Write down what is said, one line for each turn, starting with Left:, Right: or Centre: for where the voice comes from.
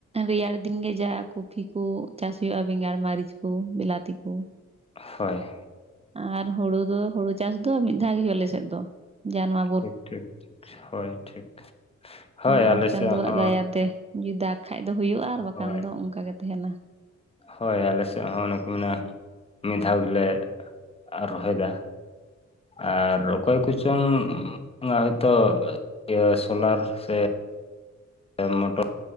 Right: ᱨᱮᱭᱟᱲ ᱫᱤᱱ ᱜᱮ ᱡᱟ ᱠᱚᱷᱯᱤ ᱠᱚ ᱪᱟᱥ ᱦᱩᱭᱩᱜᱼᱟ ᱵᱮᱸᱜᱟᱲ ᱢᱟᱹᱨᱤᱪ ᱠᱚ ᱵᱞᱟᱛᱤ ᱠᱚ᱾
Left: ᱦᱳᱭ
Right: ᱟᱨ ᱦᱳᱲᱳ ᱫᱚ ᱦᱳᱲᱳ ᱪᱟᱥ ᱫᱚ ᱢᱤᱫ ᱫᱷᱟᱣ ᱜᱮ ᱦᱩᱭᱩᱜᱼᱟ ᱟᱞᱮᱥᱮᱫ ᱫᱚ ᱡᱟ ᱱᱚᱶᱟ᱾
Left: ᱴᱷᱤᱠ ᱴᱷᱤᱠ ᱦᱳᱭ ᱴᱷᱤᱠ ᱦᱳᱭ
Right: ᱚᱱᱟ
Left: ᱟᱞᱮᱥᱮᱫ
Right: ᱪᱟᱸᱫᱳᱣᱟᱜ
Left: ᱦᱚᱸ
Right: ᱫᱟᱭᱟᱛᱮ ᱡᱩᱫᱤ ᱫᱟᱜᱽ ᱠᱷᱟᱡ ᱫᱚ ᱦᱳᱭᱳᱜᱼᱟ ᱟᱨ ᱵᱟᱠᱷᱟᱱ
Left: ᱦᱳᱭ
Right: ᱫᱚ ᱚᱱᱠᱟ ᱜᱮ ᱛᱟᱦᱮᱱᱟ᱾
Left: ᱦᱳᱭ ᱟᱞᱮ ᱥᱮᱫ ᱦᱚᱸ ᱚᱱᱮ ᱠᱚ ᱢᱮᱱᱟ ᱢᱤᱫ ᱫᱷᱟᱣ ᱜᱮᱞᱮ ᱨᱚᱦᱚᱭᱫᱟ᱾ ᱟᱨ ᱚᱠᱚᱭ ᱠᱚᱪᱚᱝ ᱦᱚᱭᱛᱚ ᱤᱭᱟᱹ ᱥᱳᱞᱟᱨ ᱥᱮ ᱢᱚᱴᱚᱨ